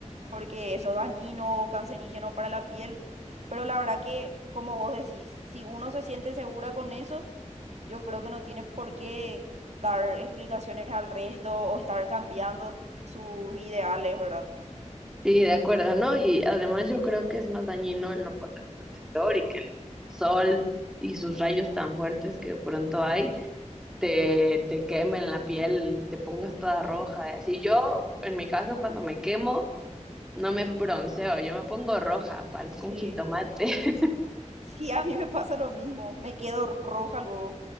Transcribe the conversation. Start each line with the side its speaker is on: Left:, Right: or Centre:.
Right: porque eso es dañino, cancerígeno para la piel. Pero la verdad que, como vos decís, si uno se siente segura con eso, yo creo que no tiene por qué dar explicaciones al resto o estar cambiando sus ideales, ¿verdad?
Centre: Sí, de acuerdo, ¿no? Y además yo creo que es más dañino el no ponerte protector y que el sol y sus rayos tan fuertes que de pronto hay te, te quemen la piel, te pongas toda roja. Y así yo, en mi caso, cuando me quemo, no me bronceo, yo me pongo roja, parezco
Right: Sí.
Centre: un jitomate. <laughs>
Right: Sí, a mí me pasa lo mismo, me quedo roja luego.